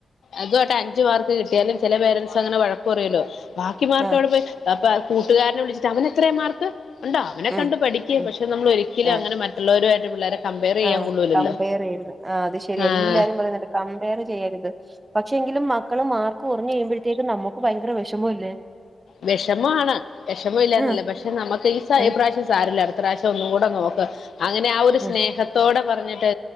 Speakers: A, on the left (about 80°); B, on the right (about 20°).
A: അതവെട്ട് അഞ്ചു മാർക്ക് കിട്ടിയാലും ചില പേരൻസ് അങ്ങനെ വഴക്ക് പറയുവല്ലോ. ബാക്കി മാർക്ക്
B: ആഹ്
A: എവിടെ പോയി അപ്പ കൂട്ടുകാരനെ വിളിച്ചിട്ട് അവനത്ര മാർക്ക്? കണ്ടാ അവനെ
B: ഉം
A: കണ്ട് പഠിക്കേ
B: ഉം
A: പക്ഷെ നമ്മൾ ഒരിക്കലും
B: ആഹ്
A: അങ്ങനെ മറ്റുള്ളവരുവായിട്ട് പിള്ളേരെ കമ്പയർ ചെയ്യാൻ
B: ആഹ്
A: കൊള്ളൂലല്ലോ
B: കമ്പയർ ചെയ്യരുത് ആ അത് ശരി
A: ആഹ്
B: എല്ലാരും പറയുന്നുണ്ട് കമ്പയർ ചെയ്യരുത് പക്ഷെ എങ്കിലും മക്കള് മാർക്ക് കുറഞ്ഞുകഴിയുമ്പോഴത്തേക്ക് നമുക്ക് ഭയങ്കര വിഷമം ല്ലേ?
A: വിഷമാണ് വിഷമ ഇല്ലന്നല്ല
B: ആഹ്
A: പക്ഷെ നമുക്ക് ഈ സെയിം
B: ആഹ്
A: പ്ര സാരം ഇല്ല അടുത്ത പ്രാവശ്യം ഒന്ന് കൂടെ നോക്ക്‌ അങ്ങനെ ആ ഒരു
B: ആഹ്
A: സ്നേഹത്തോടെ പറഞ്ഞിട്ട്